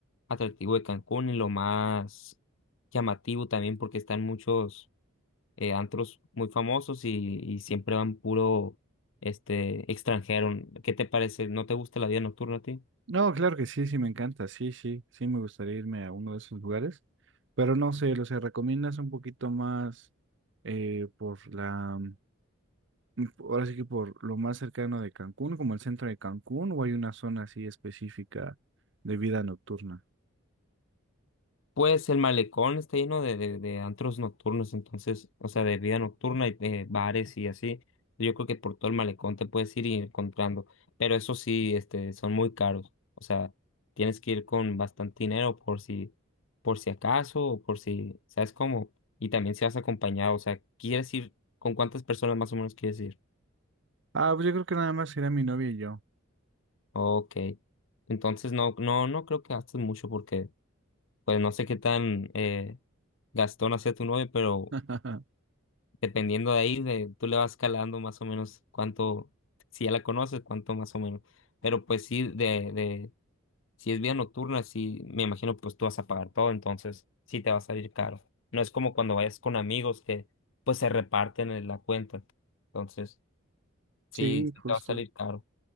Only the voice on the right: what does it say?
No, claro que sí, sí me encanta, sí, sí, sí me gustaría irme a uno de esos lugares, pero no sé, o sea, recomiendas un poquito más eh, por la, mm, ahora sí que por lo más cercano de Cancún, como el centro de Cancún, o hay una zona así específica de vida nocturna.
Ah, pues yo creo que nada más será mi novia y yo.
<laughs>
Sí,
justo.